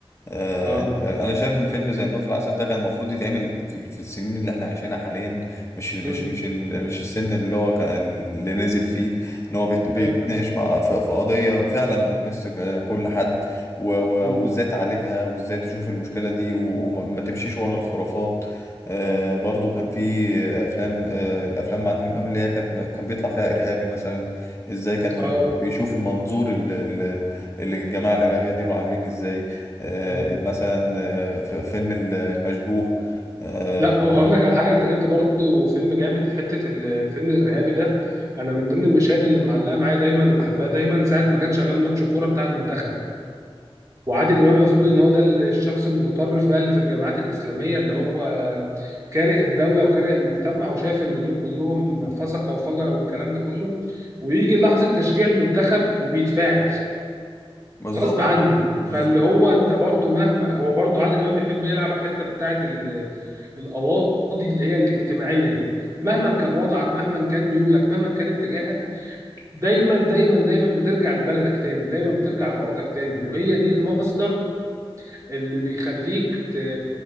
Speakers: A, on the left (about 30°); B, on the right (about 35°).
A: آه،
B: اه
A: انا شايف ان فيلم زي النوم في العسل ده كان المفروض يتعمل في في السنين اللي احنا عايشينها حاليا مش مش
B: امم
A: مش ال- مش السن اللي هو كان- اللي نازل فيه ان هو بيت- بيتناقش
B: ايوه فاهم
A: مع في في قضيه فعلا بتمس ك- كل حد و- و-
B: مم.
A: وازاي تعالجها وازاي تشوف المشكله دي و- وما ما تمشيش ورا الخرافات آه، برضو كان
B: مم.
A: في افلام آه، الافلام مع عادل امام اللي هي كانت كان بيطلع فيها ارهابي مثلا ازاي كانوا
B: اه
A: بيشوف المنظور ال- ال- الجماعه الارهابيه دول عاملين ازاي آه،
B: مم.
A: مثلا آه، في فيلم ال- المشبوه آه،
B: لا وهقول لك على حاجه انت جبت برضو فيلم جامد حته الفيلم الارهابي ده انا من ضمن المشاهد اللي معلقه معايا دايما وبحبها دايما ساعه ما كان شغال ماتش كوره بتاع المنتخب وعادل امام المفروض ان هو ده الشخص المتطرف بقى اللي في الجامعات الاسلاميه اللي هو كاره الدوله وكاره المجتمع وشايف ان دول كلهم فسقه وفجره والكلام ده كله ويجي لحظه تشجيع المنتخب وبيتفاعل
A: بالظبط
B: غصب عنه
A: بالظبط
B: فاللي هو انت برضو مهما هو برضو عادل امام بيحب يلعب على الحته بتاعت ال- القواضي اللي هي الاجتماعيه دي مهما كان وضعك مهما كان ميولك مهما كان اتجاهك دايما دايما دايما بترجع لبلدك تاني ودايما بترجع لارضك تاني وهي دي المصدر اللي بيخليك ت...